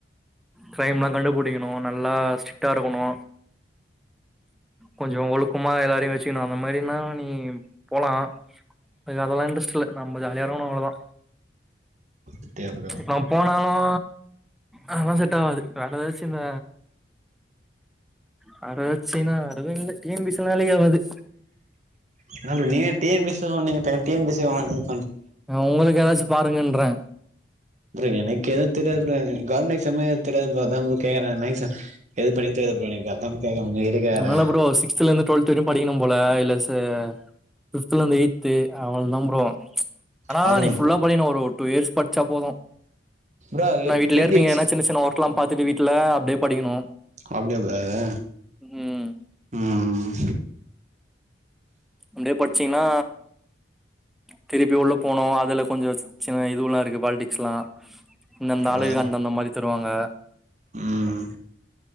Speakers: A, in the centre; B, on the right.
A: க்ரைம்லா கண்டுபுடிக்கணு நல்லா சிட்டா இருக்கொணு கொஞ்சொ ஒழுக்கமா எல்லார்யு வெச் கினு அந்த மாரின்னா நீம் போலா எதாக்குல்லா இன்ட்ரஸ்ட் இல்ல நம்ப ஜாலியாருகுனு அவ்ளதா
B: அப்டியா ப்ரோ
A: நா போன ஆ அதெல்லா செட் ஆவது வேற ஏதாச்சு இந்த வேற எதாச்சின்னா அதுவு இல்ல டி என் பி சில்லா வேலைக்கி ஆவாது
B: என்ன ப்ரோ நீங்களே டி என் பி சிதா சொன்னீங்க டே டி என் பி சி வேணாங்கிறீங்க
A: உங்களுக்கு ஏதாச்சு பாருங்கன்றே
B: அப்புறோ எனக்கேது தெரியது ப்ரோ <unintelligible> தெரியாது ப்ரோ அதா ப்ரோ <unintelligible> எது படிக்க தெரியாது ப்ரோ எனக்கு அதா கேக்குறே உங்ககிட்ட கேக்குறே
A: நால்லா ப்ரோ சிகஸ்த்ல இருந்து டுவெல்த் வரைக்கு படிக்கனு போல இல்ல ஸ் த ஃபிஃப்த்ல இருந்து எயித்து அவ்வளவுதா ப்ரோ ஆனா
B: அவ்ளோதானா
A: நீ ஃபுல்லா
B: ப்ரோ
A: படிக்கனு ஒரு டூ இயர்ஸ் படிச்சா போதும்
B: ப்ரோ
A: நா வீட்லயே
B: எப்டி
A: இருப்பீங்க
B: எக்ஸ்
A: ஏன்னா சின்ன சின்ன ஒர்க் எல்லா பாத்துட்டு வீட்டுல அப்படியே படிக்கணு
B: அப்டியா ப்ரோ அது
A: ம்
B: ம்
A: அப்டியே படிச்சீங்ன்னா திருப்பி உள்ள போனோ அதுல கொஞ்ச சின்ன இதுவலா இருக்கு பாலிடிக்ஸ்லா இந்தந்த
B: ஓ
A: ஆளுக்கு
B: அதுல
A: அந்த அந்த மாரி தருவாங்க
B: ம்